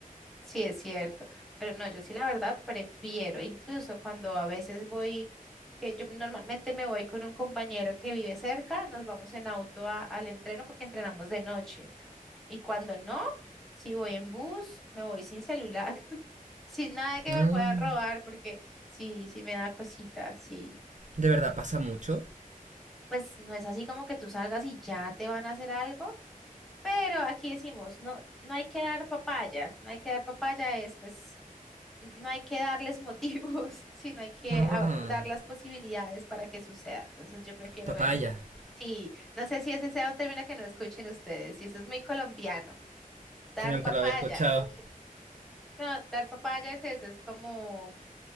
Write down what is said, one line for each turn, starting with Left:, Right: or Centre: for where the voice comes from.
Centre: sí es cierto, pero no, yo sí la verdad prefiero, incluso cuando a veces voy, que yo normalmente me voy con un compañero que vive cerca, nos vamos en auto a- al entreno porque entrenamos de noche. Y cuando no, si voy en bus, me voy sin celular. sin nada que
Right: Mm,
Centre: me puedan robar, porque sí, sí me da cosita sí.
Right: ¿De verdad pasa mucho?
Centre: Pues no es así como que tú salgas y ya te van a hacer algo, pero aquí decimos, no, no hay que dar papaya, no hay que dar papaya es, pues, n- no hay que darles motivos, <laughs> sino hay que
Right: Ah,
Centre: a- ver, dar las posibilidades para que suceda. Entonces yo prefiero
Right: papaya.
Centre: eso. Sí, no sé si ese sea un término que no escuchen ustedes, y eso es muy colombiano. Dar
Right: Yo nunca
Centre: papaya.
Right: lo había escuchado.
Centre: <laughs> No, dar papaya es eso, es como,